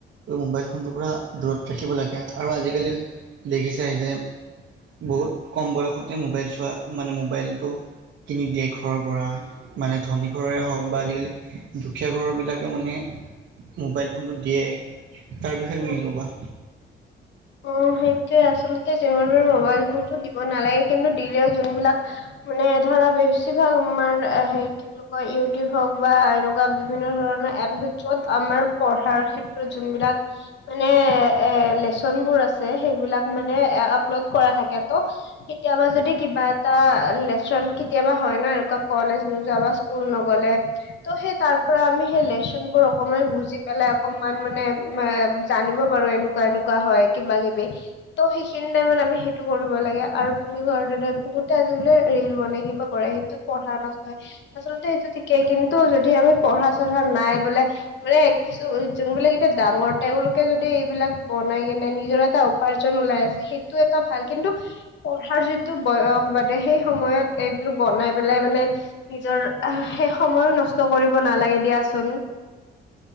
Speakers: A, on the right; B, on the left.
A: মোবাইল ফোনটোৰ পৰা দূৰত ৰাখিব লাগে। আৰু আজিকালি দেখিছাই যে বহুত কম বয়সতে মোবাইল চোৱা মানে মোবাইলটো কিনি দিয়ে ঘৰৰ পৰা মানে ধনী ঘৰৰে
B: উম
A: হওক বা আজিকালি দুখীয়া ঘৰবিলাকেও মানে মোবাইল ফোনটো দিয়ে। তাৰপিছত
B: উম
A: মিল'বা।
B: অ' সেইটোয়ে আচলতে যিমান পাৰে মবাইল ফ দিব নালাগে কিন্তু দিলেও যোনবিলাক মানে ধৰা বেছিভাগ আমাৰ সেই কি ক ইউটিউব হওক বা এনেকুৱা বিভিন্ন ধৰণৰ এপ আছে য'ত আমাৰ পঢ়াৰ ক্ষেত্ৰত যোনবিলাক মানে ল <unintelligible> ভোল বো আছে। সেইবিলাক মানে আপলোড কৰা থাকে ত' কেতিয়াবা যদি কিবা এটা লেচন কেতিয়াবা হয় ন, এনেকুৱা কলেজ নোযোৱা বা স্কুল নগ'লে। ত' সেই তাৰ পৰা আমি সেই লেচন বো অকমান বুজি পেলাই অকমান মানে জানিব পাৰো এনেকুৱা এনেকুৱা কোৱা হয় কিবা কিবি ত' সেইখিনি টাইমত আমি সেইটো কৰিব লাগে আৰু তুমি ঘৰ যোৱা বহুত ঠাই ৰিয়েলি এৰি দিব লাগিব পঢ়া সেইটো পঢ়া নষ্ট হয় আচলতে সেইটো ঠিকেই কিন্তু যদি আমি পঢ়া পঢ়া নাই বোলে মানে কিছু যোনবিলাক এতিয়া ডাঙৰ তেওঁলোকে যদি এইবিলাক বনাই কেনে নিজৰ এটা উপাৰ্জন ওলাই আছে সেইটো এটা ভাল কিন্তু, পঢ়াৰ যিটো বয়স বাদে সেই সময়ত এইবলো বনাই পেলাই মানে নিজৰ সেই সময়ো নষ্ট কৰিব ন নালাগে দিয়াচোন।